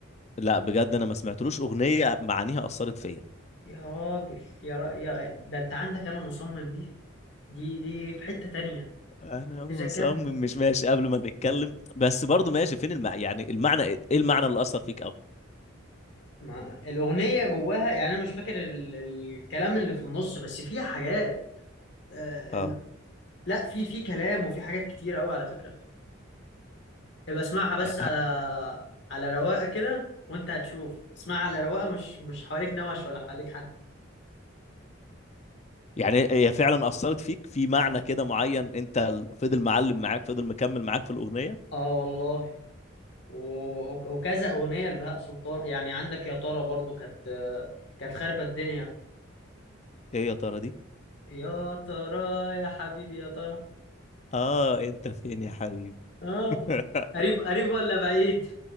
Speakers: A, on the left; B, on the left.
A: لا بجد انا ما سمعتلوش أغنية معانيها أثرت فيا
B: يا راجل يا, را... يا ده انت عندك انا مصمم دي دي دي في حتة تانية
A: انا مصمم
B: جاكات
A: مش ماشي قبل ما نتكلم بس برضو ماشي فين المع... يعني المعنى ايه إيه المعنى اللي اثر فيك قوي
B: ما الأغنية جواها يعني أنا مش فاكر ال... الكلام اللي في النص بس فيها حاجات آه...
A: اه
B: ال- لا في في كلام وفي حاجات كتير قوي على فكرة ابقى اسمعها بس
A: ه-
B: على على رواقة كده وأنت هتشوف اسمعها على رواقة مش مش حواليك نوش ولا حواليك حد
A: يعني هي فعلا اثرت فيك في معنى كده معين انت ال- فضل معلم معاك فضل مكمل معاك في الاغنيه
B: آه والله و... وكذا أغنية لبهاء سلطان يعني عندك يا ترى برضو كانت آه، كانت خاربة الدنيا
A: ايه يا ترى دي
B: يا ترى يا حبيبي يا ترى
A: اه انت فين يا حبيبي
B: آه
A: <laughs>
B: قريب قريب ولا بعيد